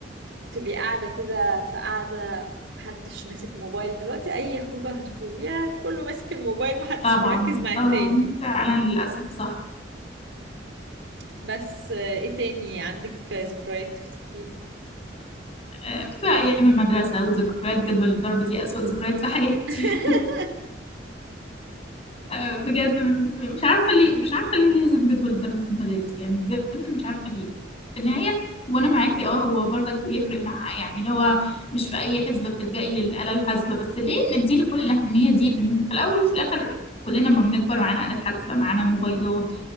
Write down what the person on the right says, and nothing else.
تبقي قاعدة كده في قاعدة ومحدش ماسك موبايل دلوقتي اي خروجة هتخرجيها كله ماسك الموبايل محدش
مركز مع
التاني
بس آه، ايه تاني عندك ذكريات تفتكريها
<laughs>